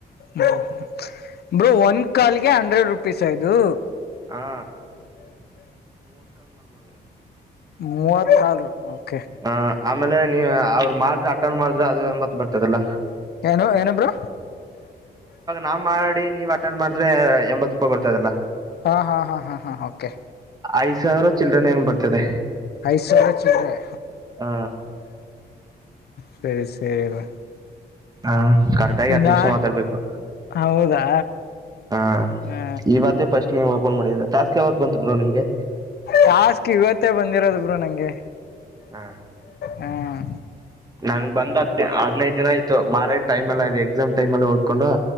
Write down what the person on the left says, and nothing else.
ಹ ಬ್ರೋ ಒಂದ ಕಲ್ಗೆ ಹಂಡ್ರೆಡ್ ರುಪೀಸ್ ಆ ಇದು
ಮೂ <unintelligible> ಕಾಲ
ಏನು ಏನು ಬ್ರೋ
ಹಾ ಹಾ ಹಾ ಹಾ ಹಾ ಓಕೆ
ಐದು ಸಾವಿರ ಚಿಲ್ಲರೆ
ಸರಿ ಸರಿ ಬ್ರೋ
ನಾ
ಹೌದಾ
ಹಾ
ಟಾಸ್ಕ್ ಇವತ್ತೇ ಬಂದಿರೋದೂ ಬ್ರೋ ನಂಗೆ
ಹ್ಮ್